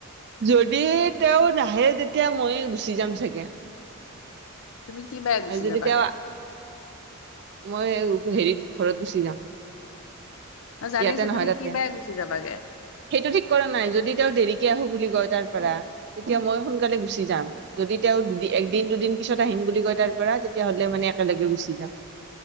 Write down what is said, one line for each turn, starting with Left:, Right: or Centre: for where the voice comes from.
Right: যদি তেও নাহে তেতিয়া মই গুচি যাম চাগে।
Left: তুমি কি বাৰে গুচি
Right: আৰু যদিতিয়া
Left: যাবাগে
Right: মই হেৰিত ঘৰত গুচি যাম।
Left: অ, জানিছো
Right: ইয়াতে নহয়
Left: তুমি
Right: তাতে
Left: কি বেয়া গুচি যাবাগে।
Right: সেইটো ঠিক কৰা নাই যদি তেও দেৰিকে আহো বুলি কয় তাৰ তেতিয়া মই সোনকালে গুচি যাম যদি তেও দু একদিন দুদিন পিছত আহিম বুলি কয় তাৰ তেতিয়াহ'লে মানে একেলগে গুচি যাম।